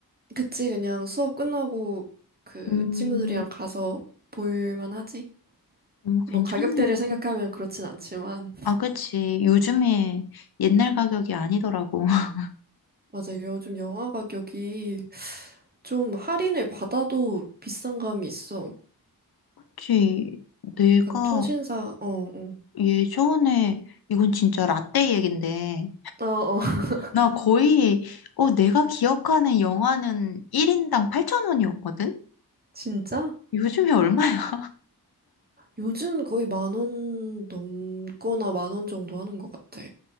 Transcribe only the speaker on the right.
그치, 그냥 수업 끝나고 그
친구들이랑 가서 볼만 하지?
뭐
가격대를 생각하면 그렇진 않지만.
맞아, 요즘 영화 가격이 좀 할인을 받아도 비싼 감이 있어.
약간 통신사, 어, 어.
어, 어, <laughs>
진짜?
요즘 거의 만 원 넘거나 만 원 정도 하는 것 같아.